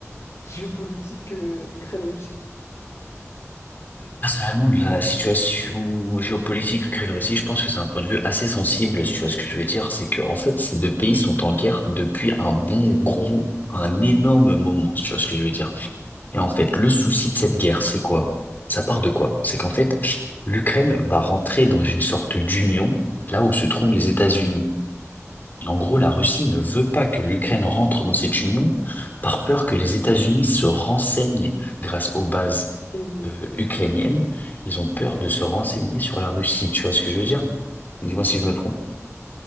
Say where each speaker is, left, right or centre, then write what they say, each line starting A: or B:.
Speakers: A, on the left; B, on the left.
A: géopolitique euh, Ukraine-Russie?
B: Personnellement, de la situation géopolitique que crée la Russie, je pense que c'est un point de vue assez sensible. Si Tu vois ce que je veux dire, c'est que en fait, ces deux pays sont en guerre depuis un bon gros, un énorme moment. Si Tu vois ce que je veux dire. Et en fait, le souci de cette guerre, c'est quoi? Ça part de quoi? C'est qu'en fait, l'Ukraine va rentrer dans une sorte d'union là où se trouvent les États-Unis. Et En gros, la Russie ne veut pas que l'Ukraine rentre dans cette union par peur que les États-Unis se renseignent grâce aux bases
A: Mhm.
B: euh, ukrainienne, ils ont peur de se renseigner sur la Russie. Tu vois ce que je veux dire? Dis-moi si je me trompe.